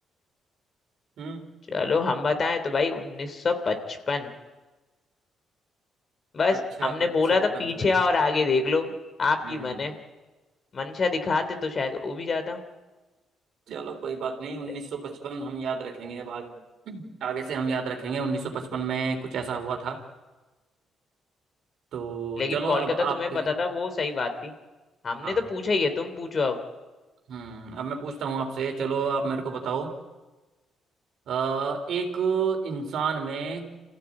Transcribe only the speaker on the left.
चलो हम बताएं तो भाई 1955 बस
हमने
बोला
था पीछे
आओ और आगे देख लो आपकी
मन है मंशा दिखाते तो शायद वो भी जाता
ले,
बिल्कुल।
लेकिन
कोलकाता
तुम्हें
पता था वो सही बात थी हमने
तो पूछा ही है तुम पूछो अब